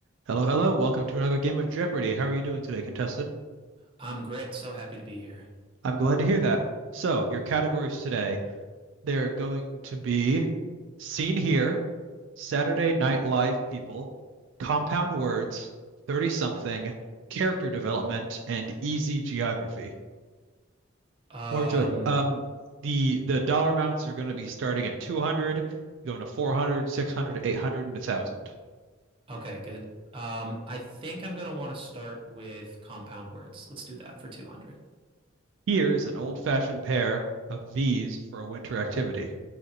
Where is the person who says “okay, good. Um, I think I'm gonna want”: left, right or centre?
Right